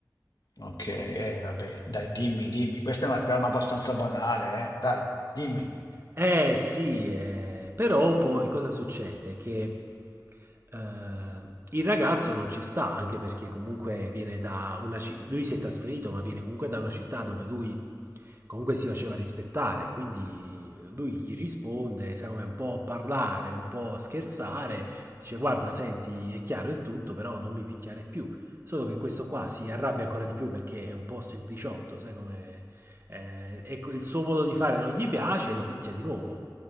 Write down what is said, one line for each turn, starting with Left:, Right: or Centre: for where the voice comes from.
Left: Ok, eh, vabbè, dai, dimmi, dimmi, questa è una trama abbastanza banale, eh? Dai, dimmi.
Right: Eh sì, eh, però poi cosa succede? Che eh, il ragazzo non ci sta, anche perché comunque viene da una città, lui si è trasferito, ma viene comunque da una città dove lui comunque si faceva rispettare, quindi lui gli risponde, secondo me un po' parlare, un po' scherzare, dice guarda, senti, è chiaro il tutto, però non mi picchiare più. Solo che questo qua si arrabbia ancora di più perché è un po' sempliciotto, sai come... eh, e il suo modo di fare non gli piace e lo picchia di nuovo.